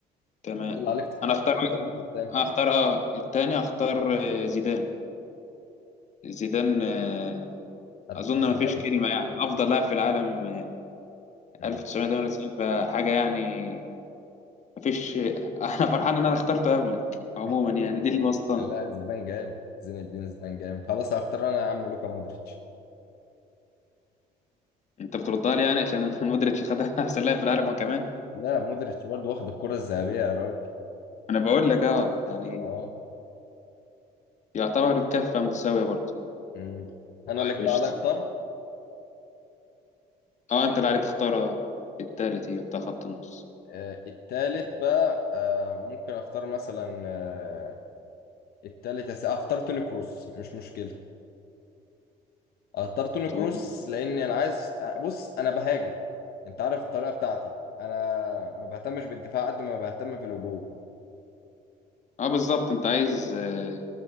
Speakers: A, on the left (about 45°); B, on the left (about 65°).
A: تمام
B: أنت اللي عليك تختار
A: انا اختار
B: بقى اختار أنت قدام
A: اختار اه التاني اختار آه، زيدان زيدان آه،
B: هتختار
A: اظن ما
B: زيدان
A: فيش كلمه يعني افضل لاعب في العالم آه،
B: مم.
A: 1998 فحاجه يعني ما فيش <laughs> انا فرحان ان انا اخترته قبلك عموما
B: <laughs>
A: يعني دي اللي وسطنا
B: لا زيدان جامد زين الدين زيدان جامد خلاص هختار أنا يا عم لوكا مودريتش
A: انت بتردها لي يعني عشان <laughs> مودريتش خد احسن لاعب في العالم هو كمان
B: لا مودريتش برضه واخد الكرة الذهبية يا راجل
A: انا بقول لك اه يعني
B: اه
A: يعتبر كفه متساويه برضه
B: مم. انا
A: طيب
B: اللي كده
A: قشطة
B: عليا اختار
A: اه انت اللي عليك تختار التالت هي بتاع خط النص
B: آه التالت بقى آه ممكن اختار مثلا آه التالت هس- اختار توني كروس مش مشكلة اختار توني
A: تقول
B: كروس لان انا عايز آه، بص انا بهاجم انت عارف الطريقة بتاعتي انا ما بهتمش بالدفاع قد ما بهتم في الهجوم
A: اه بالظبط انت عايز آه،